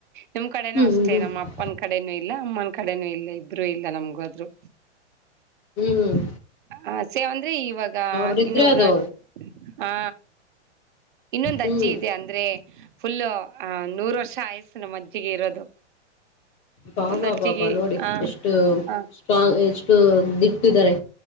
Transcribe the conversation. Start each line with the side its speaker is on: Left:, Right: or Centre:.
Right: ನಮ್ ಕಡೆನೂ
Left: ಹ್ಮ್
Right: ಅಷ್ಟೇ
Left: ಹ್ಮ್
Right: ನಮ್ಮ
Left: ಹ್ಮ್
Right: ಅಪ್ಪನ ಕಡೆನೂ ಇಲ್ಲ ಅಮ್ಮನ ಕಡೆನೂ ಇಲ್ಲ ಇಬ್ರುೂ ಇಲ್ಲ ನಮ್ಗದ್ರು.
Left: ಹ್ಮ್ ಹ್ಮ್.
Right: ಹ ಸೇವ್ ಅಂದ್ರೆ ಇವಾಗ
Left: ಅವ್ರಿದ್ರೆ
Right: ಇನ್ನೊಬರ
Left: ಅದು
Right: ಹಾ ಇನ್ನೊಂದು
Left: ಹ್ಮ್
Right: ಅಜ್ಜಿ ಇದೆ ಅಂದ್ರೆ ಫುಲ್ಲ ಅ ನೂರು ವರ್ಷ ಆಯಸ್ಸು ನಮ್ಮ್ ಅಜ್ಜಿಗೆ ಇರೋದು.
Left: ಬಾಬಾ
Right: ಒಂದ್ ಅಜ್ಜಿಗೆ
Left: ಬಾಬಾ ನೋಡಿ
Right: ಆ
Left: ಎಷ್ಟು
Right: ಹ
Left: ಸ್ಟ್ರಾಂಗ್ ಎಷ್ಟು ದಿಟ್ಟಿದ್ದಾರೆ.